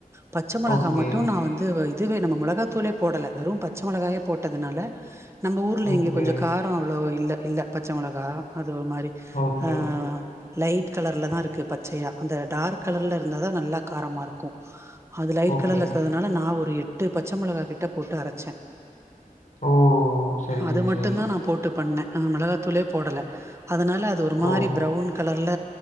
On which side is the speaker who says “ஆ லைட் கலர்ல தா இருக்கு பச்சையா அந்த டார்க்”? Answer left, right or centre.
Right